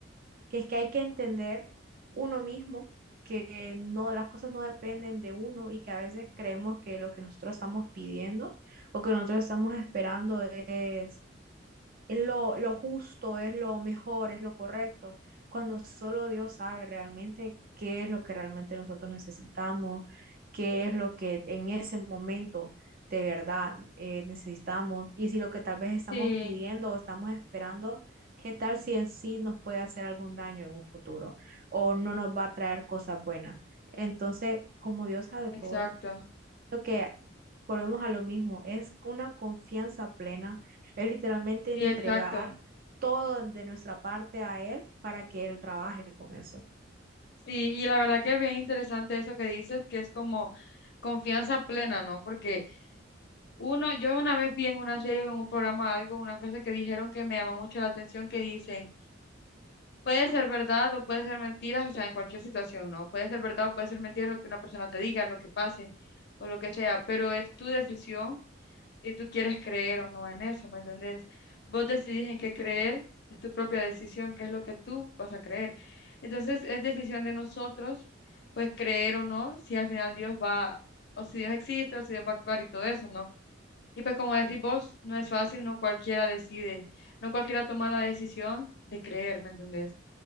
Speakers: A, on the right; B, on the left.
A: que es que hay que entender uno mismo que no, las cosas no dependen de uno y que a veces creemos que lo que nosotros estamos pidiendo o que nosotros estamos esperando es es lo, lo justo, es lo mejor, es lo correcto, cuando solo Dios sabe realmente qué es lo que realmente nosotros necesitamos, qué es lo que en ese momento de verdad eh, necesitamos y si lo que tal vez estamos
B: Sí,
A: pidiendo o estamos esperando, qué tal si en sí nos puede hacer algún daño en un futuro o no nos va a traer cosas buenas. Entonces, como Dios sabe
B: exacto,
A: todo, lo que volvemos a lo mismo, es una confianza plena, es literalmente
B: sí,
A: entregar
B: exacto.
A: todo de nuestra parte a él para que él trabaje con eso.
B: Sí, y la verdad que es bien interesante eso que dices, que es como confianza plena, ¿no? Porque uno, yo una vez vi en una serie o en un programa algo, una frase que dijeron que me llama mucho la atención, que dicen, puede ser verdad o puede ser mentiras, o sea, en cualquier situación, ¿no? Puede ser verdad o puede ser mentira lo que una persona te diga, lo que pase o lo que sea, pero es tu decisión y tú quieres creer o no en eso, ¿me entendés? Vos decidís en qué creer, es tu propia decisión, qué es lo que tú vas a creer. Entonces es decisión de nosotros, pues creer o no, si al final Dios va, o si Dios existe, o si Dios va a actuar y todo eso, ¿no? Y pues como decís vos, no es fácil, no cualquiera decide, no cualquiera toma la decisión de creer, ¿me entendés?